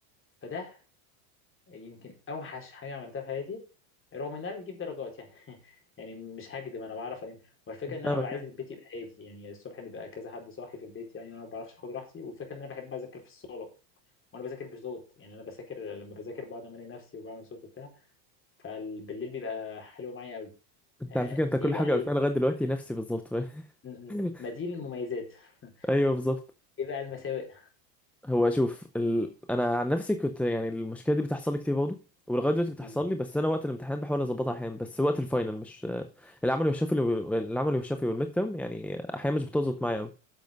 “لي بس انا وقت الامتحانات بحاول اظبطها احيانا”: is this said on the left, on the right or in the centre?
Centre